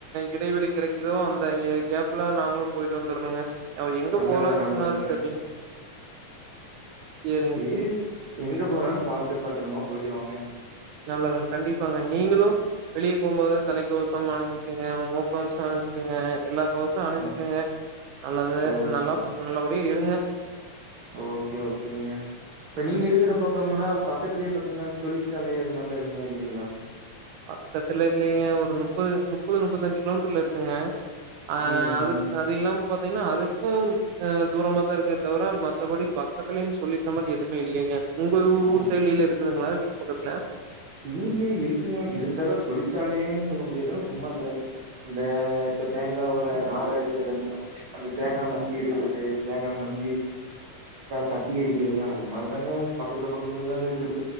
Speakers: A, on the right (about 80°); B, on the right (about 60°).
A: இடைவெளி கிடைக்குதோ அந்த கேப்ல நாங்களும் போயிட்டு வந்துரணுங்க அவ எங்க
B: நல்லது,
A: போலான்னு
B: நல்லதுங்க,
A: சொன்னாருன்னு தெரிலீங் சேரிங்
B: சேரி எங்க போனாலும் பாத்து பத்ரமா போயிட்டு வாங்க
A: நல்லதுங்க கண்டிப்பாங்க நீங்களு வெளிய போகும்போது தலைக்கவசம் அனிஞ்சிக்கங்க முக்கவசம் அனிஞ்சிக்கங்க எல்லா க்கவசம் அனிஞ்சுக்கங்க
B: ஓ
A: நல்லது
B: ஓகே
A: நல்லா நல்லபடியாக இருங்க
B: ஓகே ஓகேங்க இப்ப நீங்க இருக்குற பக்கம்லாம் பக்கத்திலயே பாத்தீங்கன்னா தொழிற்சாலை அது மாரிலாம் எதுவுமே இல்லிங்களா
A: பக்கத்துல இல்லிங்க ஒரு முப்பது முப்பது முப்பத்த அஞ்சு கிலோமீட்டர்ல இருக்குங்க அஹ்
B: ம்
A: அதுக்கு
B: ம்
A: அது இல்லாம பாத்தீங்கன்னா அதுக்கு தூரமா தா இருக்கே தவிர மத்தபடி பக்கத்துலனு சொல்லி சொல்ற மாரி எதுமே இல்லிங்க உங்க
B: ஆ
A: ஊர் சைடுலலா இருக்குதுங்களா வீட்டு பக்கத்துல
B: இங்கே இருக்குங்க இருந்தாலு தொழிற்சாலைய்ன்னு சொல்ல முடியாது உம்மா அந்த இந்த இப்ப தேங்காய் ஓடு நாரு எடுக்கற அந்த தேங்காய் மஞ்சி எடுக்கிறது தேங்காய் மஞ்சி கட்டி அடிக்கிறது அது மாரி தாங்க பக்கத்துல பக்கத்துலதாங்க இருக்குது